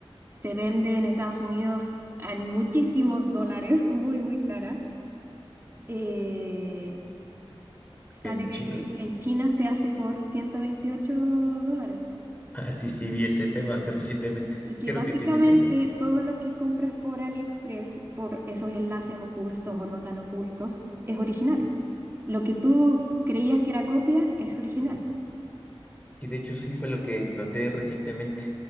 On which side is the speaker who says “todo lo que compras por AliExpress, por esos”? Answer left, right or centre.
Right